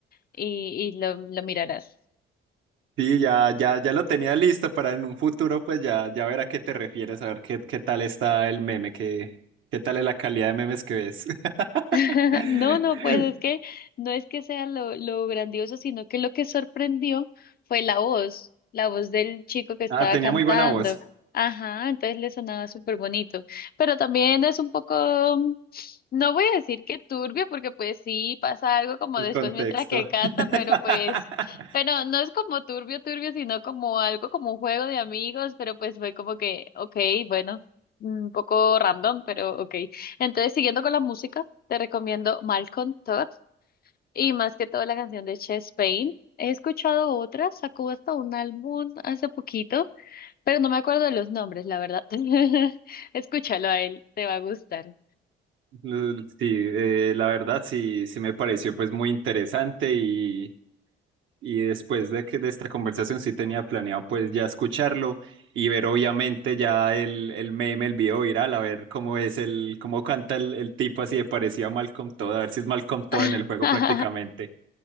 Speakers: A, on the left (about 50°); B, on the right (about 75°).
A: y, y lo, lo mirarás.
B: Sí, ya, ya, ya lo tenía listo para en un futuro, pues ya, ya ver a qué te refieres, a ver qué, qué tal está el meme, qué, qué tal es la calidad de memes que ves. <laughs>
A: <laughs> No, no, pues es que no es que sea lo, lo grandioso, sino que lo que sorprendió fue la voz, la voz del chico que estaba
B: Ah, tenía
A: cantando.
B: muy buena voz,
A: Ajá, entonces le sonaba súper bonito. Pero también es un poco, mm, no voy a decir que turbio, porque pues sí pasa algo como
B: el
A: después
B: contexto.
A: mientras que canta,
B: <laughs>
A: pero pues, pero no es como turbio, turbio, sino como algo como un juego de amigos, pero pues fue como que, ok, bueno, un poco random, pero ok. Entonces, siguiendo con la música. Te recomiendo Malcolm Todd y más que todo la canción de Chess Pain. He escuchado otras, sacó hasta un álbum hace poquito, pero no me acuerdo de los nombres, la verdad. <laughs> Escúchalo a él, te va a gustar.
B: L- Sí, eh, la verdad sí, sí me pareció pues muy interesante y, y después de que de esta conversación sí tenía planeado pues ya escucharlo y ver obviamente ya el, el meme, el video viral, a ver cómo es el, cómo canta el, el tipo así de parecido a Malcolm Todd, a ver si es Malcolm Todd en
A: <laughs>
B: el juego prácticamente.